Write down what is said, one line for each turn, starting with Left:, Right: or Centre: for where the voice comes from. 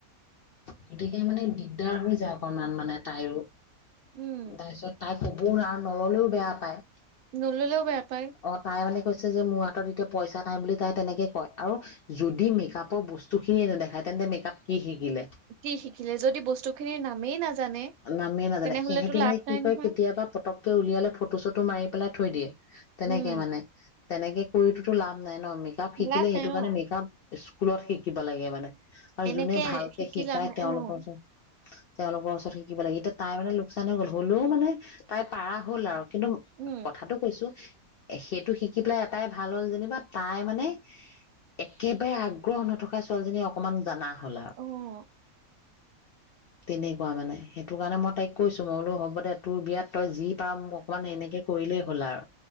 Left: গতিকে মানে দিগদাৰ হৈ যায় অকনমান মানে তাইৰো।
Right: উম,
Left: <unintelligible> তাক ক'ব‌ও নোৱাৰে আৰু নল'লেও বেয়া পায়।
Right: নল'লেও বেয়া পায়।
Left: অ তাই মানে কৈছে যে মোৰ হাতত এতিয়া পইচা নাই বুলি তাই তেনেকে কয় আৰু যদি মেকআপৰ বস্তু খিনিয়ে নেদেখায় তেন্তে মেকআপ কি শিকিলে
Right: কি শিকিলে যদি বস্তু খিনিৰ নামেই নাজানে
Left: নামেই নাজানে
Right: তেনেহলেতো
Left: সিহঁতি
Right: লাভ
Left: মানে কি
Right: নাই
Left: কৰে
Right: নহয়
Left: কেতিয়াবা পতককে উলিয়ালে ফটো চটো মাৰি পেলাই থৈ দিয়ে। তেনেকে
Right: উম,
Left: মানে তেনেকে কৰিতোটো লাভ নাই ন' মেকআপ শিকিলে
Right: লাভ
Left: সেইটো
Right: নাই
Left: কাৰণে
Right: অ',
Left: মেকআপ স্কুলত শিকিব লাগে মানে। আৰু
Right: এনেকে
Left: যোনে ভালকে
Right: শিকি
Left: শিকায়
Right: লাভ নাই
Left: তেওঁলোকৰ
Right: অ',
Left: ওচৰত তেওঁলোকৰ ওচৰত শিকিব লাগে এতিয়া তাই মানে লোকচান হৈ গ'ল হ'লেও মানে তাই পাৰা হ'ল আৰু কিন্তু
Right: উম,
Left: কথাটো কৈছো সেইটো শিকি পেলাই এটাই ভাল হ'ল যেনিবা তাই মানে একেবাৰে আগ্ৰহ নথকা ছোৱালীজনী অকমান জানা হ'ল আও।
Right: অ',
Left: তেনেকুৱা মানে সেইটো কাৰণে মই তাইক কৈছো মই বোলো হ'ব দে তোৰ বিয়াত তই যি পাৰ' মোক অকমান এনেকে কৰিলেই হ'ল আৰু।